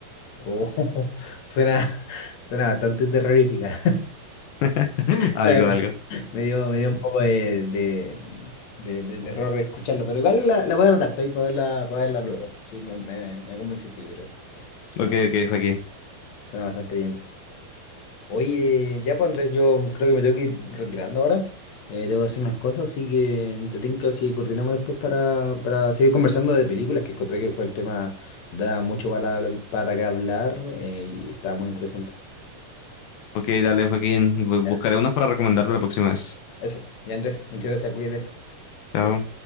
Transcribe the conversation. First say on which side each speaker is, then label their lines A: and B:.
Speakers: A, on the left; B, on the left.
A: Oh, <laughs> suena, suena bastante terrorífica. <laughs>
B: <laughs> Algo,
A: La
B: algo.
A: Me dio, me dio un poco de, de, de- de terror escucharlo, pero igual la, la voy a anotar, ¿sabes? Para verla, para verla luego. Sí, me, me, me convenciste, yo creo. Eh, Suena,
B: Ok, ok, Joaquín.
A: suena bastante bien. Oye, ya pues Andrés, yo creo que me tengo que ir retirando ahora. Eh, tengo que hacer unas cosas, así que te tinca si coordinamos después para, para seguir conversando de películas, que encontré que fue el tema, da mucho para, lo- para que hablar eh, y estaba muy interesante.
B: Ok, dale, Joaquín. Bu- Buscaré
A: Ya,
B: unos para recomendarte la próxima vez.
A: Eso, ya Andrés, muchas gracias, cuídate.
B: Chao.
A: Chao,